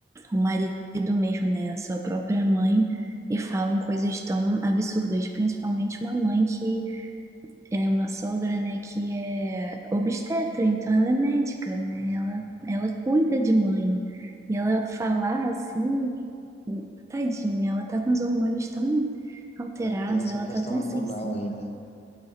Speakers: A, on the right; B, on the left.
A: o marido mesmo, né, a sua própria mãe, e falam coisas tão absurdas, principalmente uma mãe que é uma sogra, né, que é obstetra, então ela é médica,
B: Caramba.
A: né, ela, ela cuida de mãe, e ela falar assim, tadinha, ela tá com os hormônios tão alterados,
B: Aí tem essa
A: ela
B: questão
A: tá tão
B: hormonal
A: sensível.
B: ainda.